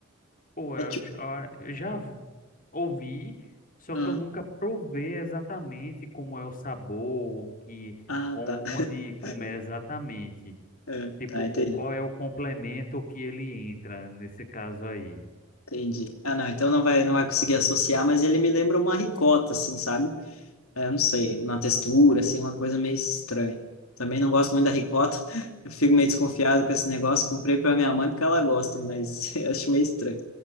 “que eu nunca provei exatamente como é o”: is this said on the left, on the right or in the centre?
Left